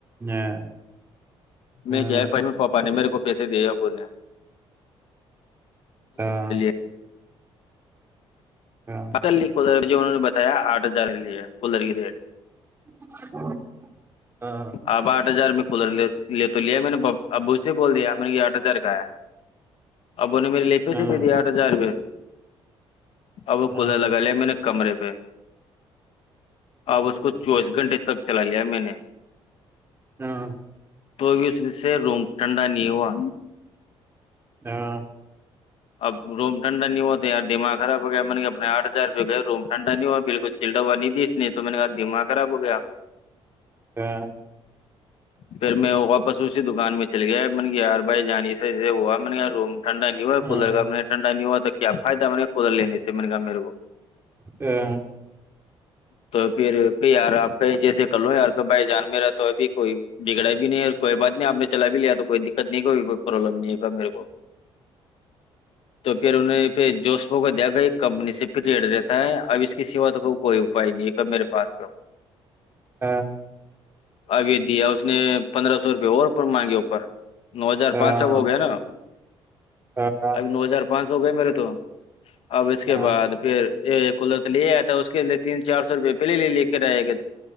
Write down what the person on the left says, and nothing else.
میں
گیا پاپا نے میرے کو پیسے دے آپ نے
<unintelligible>
<unintelligible> انہوں نے بتایا آٹھ ہزار کے ہے کلر کی ریٹ
اب آٹھ ہزار میں کھ لے تو لیا میں نے اب ابو سے بول دیا میں نے یہ آٹھ ہزار کا ہے ابو نے میرے لیے پیسے
بجے پیسے آٹ ہزار روپئے اب
کولار لگا لیا میں نے کمرے پہ اب اس کو چوبیس گھنٹے تک چلا لیا میں نے
تو بی اس میں سے روم ٹھنڈا نہیں ہوا
اب روم ٹھنڈا نہیں ہوا تو یار دماغ خراب میں نے کہاں اپنے آٹ ہزار روپئے گئے روم ٹنڈا نہیں ہو بالکل چائلڈ ہوا نہیں دی اس نے تو میں نے کہا دماغ خراب ہو گیا
پھر میں واپس اسی دکان میں چل گیا میں نے یار بھائی جان ایسے ایسے ہوا میں نے روم ھنڈا نہیں ہوا
کولر میں نے کہاں ٹھنڈا نہیں ہوا تو کیا فائدہ میں نے کولر لنے سے میں نے کہاں میرے کو
تو پھر یار آپ کے جیسے کر لو یار کا بھائی جان میرا تو ابھی کوئی بگڑا بھی نہیں کوئی بات نہیں آپ نے چلا بھی لیا تو کوئی دقت نہیں کوئی پرابلم نہیں میرے کو تو پھر انہیں پ جوسپو کو دیک ایک کمپنی سے پریڈ رہتا ہے اب اس کی سیوا تو کوئی اپائے نہیں ہے میرے پاس کا
ابھی دیا اس نے پندرہ سو روپئے اور مانگے اوپر نو ہزار
پانچ سو ہو گیا نا
اب نو ہزار پانچ سو گئے میرے تو اب اس کے
بعد پھر یہ ک لے آیا تھا اس کے تین چار سو روپئے پہے لے کے رہے گا